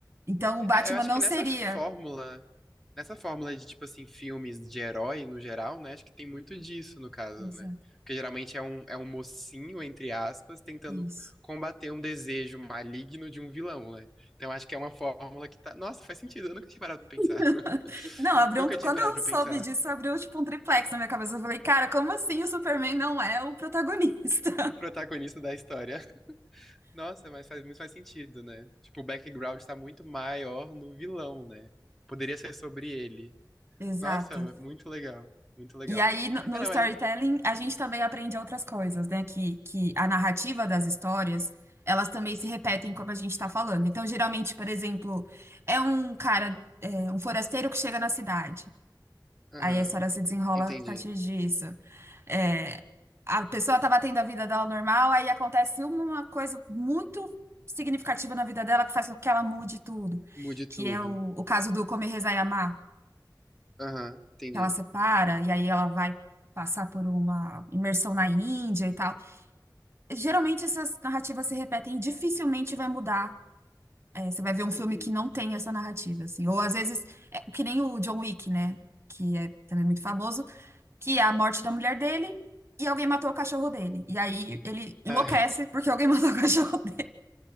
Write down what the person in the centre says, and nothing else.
É, eu acho
que nessa
fórmula, nessa fórmula de, tipo assim, filmes de herói no geral, né? Acho que tem muito disso no caso,
né? Porque geralmente é um, é um mocinho, entre aspas, tentando
combater um desejo maligno de um vilão, né? Então acho que é uma fórmula que tá. Nossa, faz sentido. Eu nunca tinha parado pra pensar.
<laughs>
Nunca
tinha parado
pra
pensar.
O protagonista da história. Nossa, mas faz muito mais sentido, né? Tipo, o background tá muito maior no vilão, né? Poderia ser sobre ele.
Nossa, muito legal. Muito legal.
Ah, não,
mas.
Aham,
entendi.
Mude
tudo.
Aham, entendi.
Uhum.
Ah,